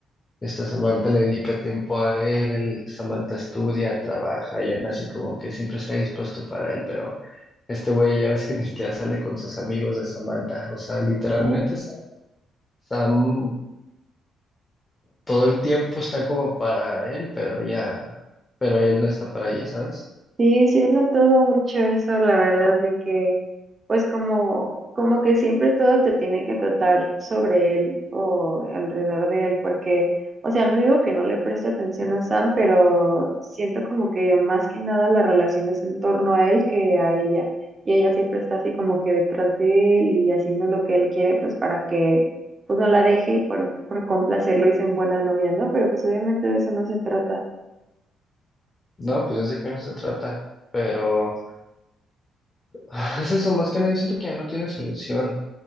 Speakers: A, on the left; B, on the right.
A: esta Samantha le dedica tiempo a él, Samantha estudia, trabaja y aún así como que siempre está dispuesto para él, pero este güey ya ves que ni siquiera sale con sus amigos de Samantha, o sea, literalmente
B: feo.
A: Sam, Sam todo el tiempo está como para él, pero ella, pero él no está para ella, ¿sabes?
B: Sí, sí, he notado mucho eso, la verdad, de que pues como, como que siempre todo te tiene que tratar sobre él o alrededor de él, porque, o sea, no digo que no le preste atención a Sam, pero siento como que más que nada la relación es en torno a él que a ella, y ella siempre está así como que detrás de él y haciendo lo que él quiere, pues para que pues no la deje y por, por complacerlo dicen buena novia, ¿no? Pero pues obviamente de eso no se trata.
A: No, pues yo sé que no se trata, pero <laughs> <sighs> es eso, más que nada, yo siento que ya no tiene solución.